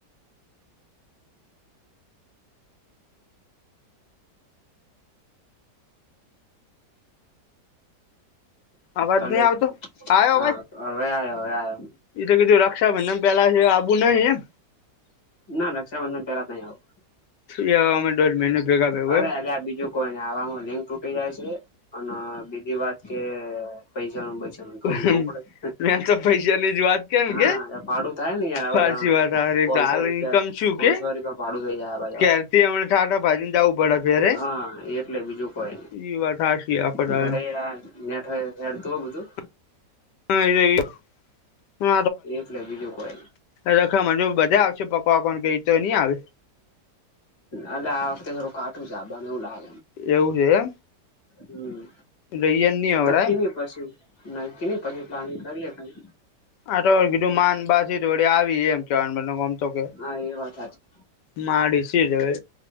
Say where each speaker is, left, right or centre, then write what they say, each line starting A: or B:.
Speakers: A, on the left; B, on the left.
A: અવાજ
B: હાલો
A: નહી આવતો આવ્યો
B: હા
A: અવાજ
B: અવે આવ્યો અવે આવ્યો.
A: તો કીધું રક્ષાબંધન પહેલા આપવું નહીં.
B: ના રક્ષાબંધન પેલા નઈ આવું.
A: એ અમે દોઢ મહિને ભેગા ભેગો
B: અરે આ બીજું કોઈને આવામાં લિંગ તૂટી જાય છે. અને બીજી વાત કે પૈસાનું બચાવ થોડું
A: મેં
B: જોવું પડે.
A: તો પૈસાની જ વાત કેમ
B: હા
A: કે
B: ભાડું થાય ને યાર આવા
A: ફારસી
B: જવાનું.
A: વાત હારી
B: પોનસો
A: તો હાલ
B: રૂપિયા
A: ઇન્કમ શું
B: પાનસો
A: કે
B: રૂપિયા ભાડું થઈ જાય આવા જવાનું.
A: ક્યારથી હમણા ટાટા ભાજીને જવું પડે ત્યારે
B: હા એટલે બીજું કોઈ
A: <unintelligible>
B: નઈ અરે નેટ હેડતું હોય બધું
A: <unintelligible>
B: એટલે બીજું કોઈ
A: રાખવામાં જો બધે આવશે પપ્પા પણ કેય તો ની આવે.
B: અલે આ વખતે થોડું કાટું છે મને એવું લાગ
A: એવું છે હે
B: હમ
A: એમ ગઈએન ની અવરાય.
B: નક્કી નઈ પછી નક્કી પહી પ્લાનિંગ કરીએ પહી
A: આતો કીધું માન બાથી દોડી આવી એમ કેવા મતલબ ઑમ તો કે
B: હા એ વાત હાચી
A: માડી સી જ હવે